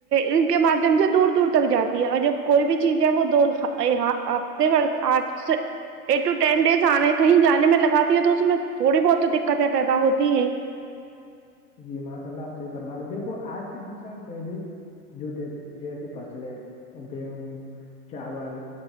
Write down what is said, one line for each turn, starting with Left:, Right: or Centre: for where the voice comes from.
Right: ان کے مادھیم سے دور دور تک جاتی ہے اور جب کوئی بھی چیز ہے وہ دواں آپتے آرٹس ایٹ ٹو ٹین ڈیز آنے کہیں جانے میں لگاتی ہے تو اس میں تھوڑی بہت تو دقتیں پیدا ہوتی ہیں
Left: جی ماں ت اللہ آپ صحی پرمان لو دھو آج سے بیس سال پہلے جو دی جیسی فصلیں گیہوں چاول